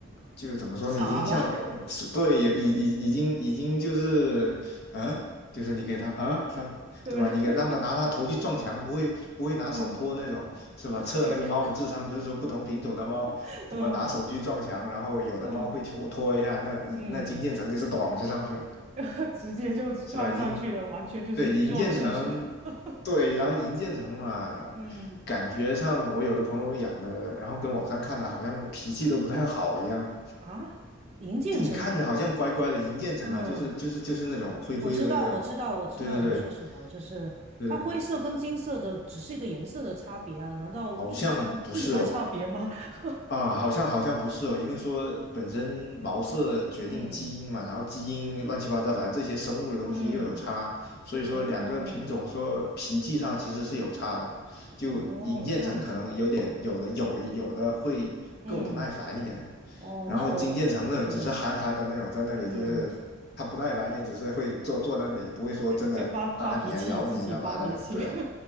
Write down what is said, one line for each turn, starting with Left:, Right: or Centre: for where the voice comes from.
Left: 就是怎么说呢，
Right: 傻吗？
Left: 已经像你是对，
Right: <laughs>
Left: 也已已已经已经就是，嗯，就是你给它啊，它对吧？
Right: 对，<laughs>
Left: 你给让它拿它头去撞墙，不会不会拿手托那种，
Right: 嗯
Left: 是吧？
Right: ，OK，
Left: 测那个猫的智商，不是说不同品种的猫。
Right: <laughs>
Left: 怎么拿手去撞墙，
Right: 嗯
Left: 然后有的猫会拖拖一下，
Right: 嗯
Left: 那那金渐层就是咚就上去了。
Right: 嗯，<laughs> 直接就撞上去了，
Left: 是吧？银，
Right: 完全就是弱智，
Left: 对，银渐层，
Right: 是吧？<laughs>
Left: 对，然后银渐层嘛，
Right: 嗯
Left: 感觉上我有的朋友养的，然后跟网上看的好像脾气都不太好一样，
Right: 啊，银渐层，
Left: 就你看着好像乖乖的银渐层啊，
Right: 嗯，
Left: 就是就是就是那种灰灰的那个嘛，
Right: 我知道，我知道，我知道你说什么，
Left: 对对对
Right: 就是它灰色跟金色的只是一个颜色的差别啊，
Left: 对对，
Right: 难道就是皮肤还差别吗？
Left: 好像不是哦。
Right: <laughs>
Left: 啊，好像好像不是哦，因为说本身毛色决定基因嘛，
Right: 嗯
Left: 然后基因乱七八糟，反正这些生物的东西又有差，
Right: 嗯，
Left: 所以说两个品种说脾气上其实是有差的，
Right: 哦
Left: 就银渐层可能有点有的有有的会更不耐烦一点，
Right: 哦，这样子，嗯。哦，
Left: 然后金渐层那种只是憨憨的那种，
Right: 那我对，
Left: 在那里就是它不耐烦，
Right: 嗯，
Left: 也只是会坐坐在那里，也不会说真的拉你啊、
Right: 就发发脾气，
Left: 咬你啊干嘛那种，
Right: 自己发脾气。
Left: 对啊，
Right: <laughs>